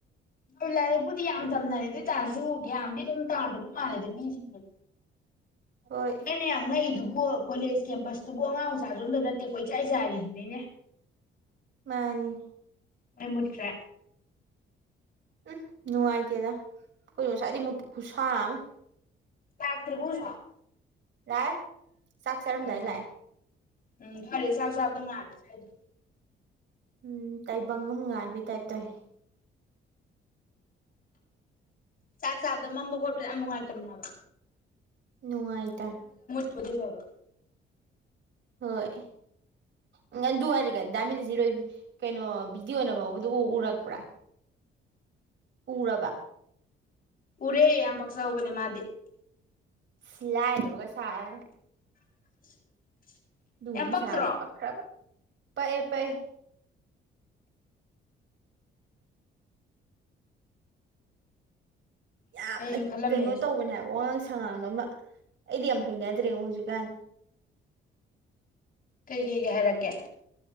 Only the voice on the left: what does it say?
ꯍꯣꯏ ꯂꯥꯏꯔꯛꯄꯨꯗꯤ ꯌꯥꯝ
ꯇꯝꯅꯔꯦ ꯑꯗꯨꯏ ꯇꯥꯔꯖꯨ ꯌꯥꯟꯗꯤ ꯑꯗꯨꯝ ꯇꯥꯗꯕ ꯃꯥꯜꯂꯦꯗ ꯃꯤꯖꯤꯡꯖꯦ
ꯑꯩꯅ ꯌꯥꯝ ꯉꯛꯏꯗꯨꯕꯨ ꯕꯨ ꯀꯣꯂꯦꯖ ꯀꯦꯝꯄꯁꯇꯨꯕꯨ ꯑꯉꯥꯡ ꯃꯆꯥꯖꯨ ꯑꯝꯇ ꯅꯠꯇꯦ ꯀꯣꯏꯆꯥꯏ ꯆꯥꯏꯔꯤꯗꯨꯅꯤꯅꯦ
ꯃꯩ ꯃꯨꯠꯈ꯭ꯔꯦ
ꯂꯥꯛꯇ꯭ꯔꯤꯕꯣ ꯍꯧꯖꯤꯛꯐꯥꯎ
ꯑꯥ
ꯎꯝ ꯐꯔꯦ ꯆꯥꯛ ꯆꯥꯕꯗ ꯉꯥꯟꯅ ꯆꯥꯏꯗꯣ
ꯆꯥꯛ ꯆꯥꯕꯗ ꯃꯝꯕ ꯈꯣꯠꯄꯖꯦ ꯌꯥꯝ ꯅꯨꯡꯉꯥꯏꯇꯕꯅꯦ ꯍꯥꯏꯕ
ꯌꯣꯠꯇꯤ ꯐꯕ
ꯎꯔꯦ ꯌꯥꯝ ꯄꯛꯆꯍꯧꯕꯅꯦ ꯃꯥꯗꯤ
<inaudible>
ꯌꯥꯝ ꯄꯛꯇ꯭ꯔꯣ
ꯑꯩꯁꯨ ꯈꯜꯂꯝꯃꯦ
ꯀꯩ ꯒꯩꯒ ꯍꯥꯏꯔꯛꯀꯦ